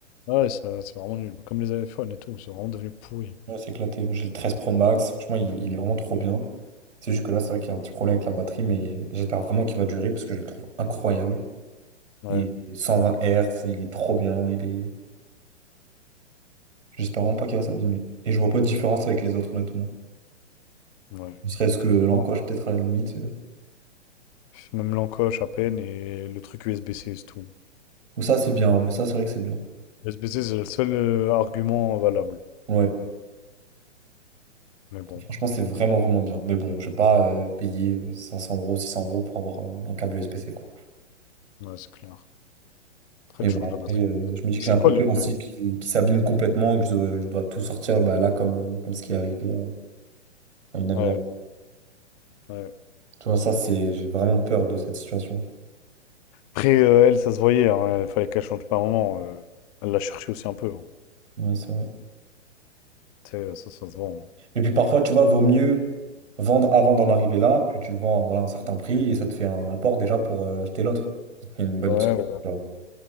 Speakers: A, on the left (about 30°); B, on the right (about 80°).
A: Ouais, ça- c'est vraiment nul. Comme les iPhones et tout, c'est vraiment devenu pourri.
B: Ouais, c'est éclaté. Moi, j'ai le 13 Pro Max. Franchement, il, il est vraiment trop bien. C'est juste que là, c'est vrai qu'il y a un petit problème avec la batterie, mais j'espère vraiment qu'il va durer parce que je le trouve incroyable.
A: Ouais.
B: Il est cent vingt 120 Hz, il est trop bien. Il est... J'espère vraiment pas qu'il va s'abîmer. Et je vois pas de différence avec les autres, honnêtement.
A: Ouais.
B: Ne serait-ce que l'encoche,
A: Non,
B: peut-être à la limite. euh.
A: Même l'encoche à peine et le truc USB-C, c'est tout.
B: Ou ça, c'est bien. Ouais, ça, c'est vrai que c'est bien.
A: USB-C, c'est le seul euh, argument valable.
B: Ouais,
A: Mais bon,
B: franchement, c'est vraiment, vraiment bien. Mais bon, je vais pas euh, payer euh, 500 euros, 600 euros pour avoir euh, un câble USB-C, quoi.
A: ouais, c'est clair. Après,
B: Mais
A: tu
B: bon,
A: changes
B: après,
A: la batterie.
B: euh, je me dis
A: C'est
B: que j'ai un peu
A: quoi
B: peur
A: le plus...
B: aussi
A: <laughs>
B: qu'il qu'il s'abîme complètement et que je dois, je dois tout sortir bah, là, comme, euh, comme ce qui est arrivé à, à une amie.
A: Ouais,
B: à moi.
A: ouais.
B: Tu vois, ça, c'est, j'ai vraiment peur de cette situation.
A: Après, euh, elle, ça se voyait. hein, Il fallait qu'elle change pas un moment. euh, elle l'a cherché aussi un peu. hein.
B: Ouais, c'est vrai.
A: Tu sais, ça, ça se vend.
B: Et puis parfois, tu vois, vaut mieux vendre avant d'en arriver là, puis tu le vends voilà, à voilà, un certain prix et ça te fait un apport déjà pour euh, acheter l'autre. Ça te fait une bonne
A: hein. Ouais,
B: petite.
A: ouais.
B: tu vois.